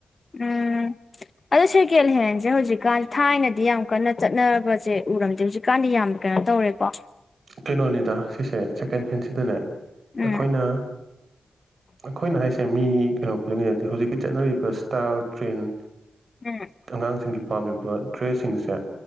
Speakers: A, on the left; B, on the right.
A: ꯎꯝ ꯑꯗꯣ ꯁꯦꯀꯦꯟ ꯍꯦꯟꯁꯦ ꯍꯧꯖꯤꯛꯀꯥꯟ ꯊꯥꯏꯅꯗꯤ ꯌꯥꯝ ꯀꯟꯅ ꯆꯠꯅꯕꯁꯦ ꯎꯔꯝꯗꯦ ꯍꯧꯖꯤꯛꯀꯥꯟꯗꯤ ꯌꯥꯝ ꯀꯩꯅꯣ ꯇꯧꯔꯦꯀꯣ
B: ꯀꯩꯅꯣꯅꯤꯗ ꯁꯤꯁꯦ ꯁꯦꯀꯦꯟ ꯍꯦꯟꯁꯤꯗꯅꯦ
A: ꯎꯝ ꯎꯝ
B: ꯑꯩꯈꯣꯏꯅ ꯑꯩꯈꯣꯏꯅ ꯍꯥꯏꯁꯦ ꯃꯤ ꯀꯩꯅꯣ ꯈꯨꯗꯤꯡ ꯅꯠꯇꯦ ꯍꯧꯖꯤꯛꯀꯤ ꯆꯠꯅꯔꯤꯕ ꯏꯁꯇꯥꯏꯜ ꯇ꯭ꯔꯦꯟ
A: ꯎꯝ
B: ꯑꯉꯥꯡꯁꯤꯡꯒꯤ ꯄꯥꯝꯃꯤꯕ ꯗ꯭ꯔꯦꯁꯁꯤꯡꯁꯦ